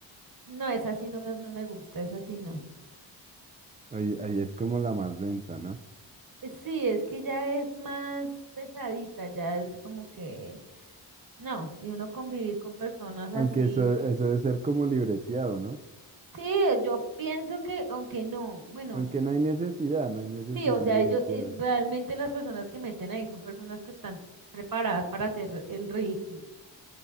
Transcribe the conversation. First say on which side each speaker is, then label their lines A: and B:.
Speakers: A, on the right; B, on the right.
A: No, es así, no me, no me gusta, es así, no.
B: Ahí, ahí es como la más densa, ¿no?
A: Eh, Sí, es que ya es más pesadita, ya es como que, no, y uno convivir con personas así.
B: Aunque eso, eso debe ser como libreteado, ¿no?
A: Sí, yo pienso que, aunque no, bueno,
B: Aunque no hay necesidad, no hay necesidad
A: sí, o
B: de
A: sea,
B: libretear.
A: ellos, eh, realmente las personas que meten ahí son personas que están preparadas para hacer el ridículo.